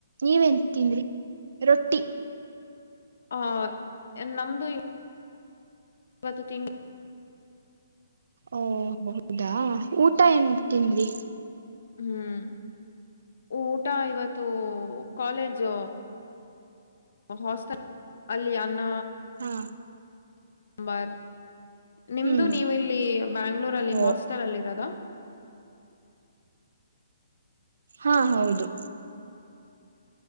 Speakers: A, on the right (about 75°); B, on the left (about 70°).
A: ನೀವನ್ ತಿಂದ್ರಿ ರೊಟ್ಟಿ
B: ಹ ನಮ್ದು ಇವತ್ತು ತಿಂಡಿ
A: ಓ ಹೌದಾ ಊಟ ಏನ್ ತಿಂದ್ರಿ
B: ಹ್ಮ್ ಊಟ ಇವತ್ತು ಕಾಲೇಜು ಹಾಸ್ಟೆಲ್ ಅಲ್ಲಿ ಅನ್ನ
A: ಹಾ
B: ಸಂಬಾರ್ ನಿಮ್ದು
A: ಹ್ಮ್
B: ನೀವು ಇಲ್ಲಿ ಬ್ಯಾಂಗ್ಳೂರಲ್ಲಿ
A: ಓ
B: ಹಾಸ್ಟೆಲ್ ಅಲ್ಲಿ ಇರೋದ
A: ಹಾ ಹೌದು